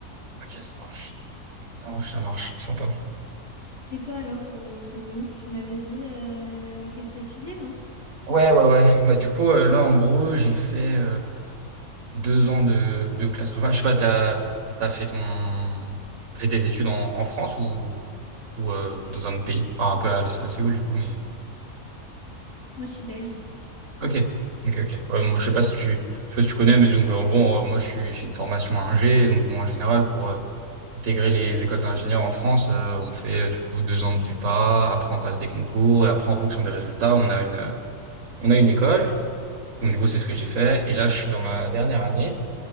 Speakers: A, on the right (about 60°); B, on the left (about 55°).
A: ok, ça marche. Ça marche, ça marche. Sympa.
B: Et toi, alors, euh, t'en es où? Tu m'avais dit euh, que t'étudiais, non?
A: Ouais, ouais, ouais. Bah, du coup, euh, là, en gros, j'ai fait. Deux ans de, de classe prépa. Je sais pas, t'as, t'as fait ton, t'as fait tes études en, en France ou, ou, euh, ou dans un autre pays? Enfin, un peu à, à Séoul, du coup, mais.
B: Moi, je suis belge.
A: Ok. Ok, ok. Ouais, moi, je sais pas si tu, je sais pas si tu connais, mais donc, en gros, euh, moi, je suis, j'ai une formation Ingé, donc, moi, en général, pour euh, intégrer les écoles d'ingénieurs en France, euh, on fait, euh, du coup, deux ans de prépa, après, on passe des concours, et après, en fonction des résultats, on a une, on a une école. Donc, du coup, c'est ce que j'ai fait. Et là, je suis dans ma dernière année.